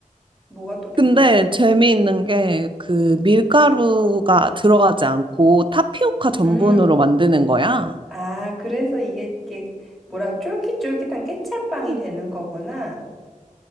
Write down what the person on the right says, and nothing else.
근데 재미있는 게 그 밀가루가 들어가지 않고 타피오카 전분으로
만드는 거야.
음.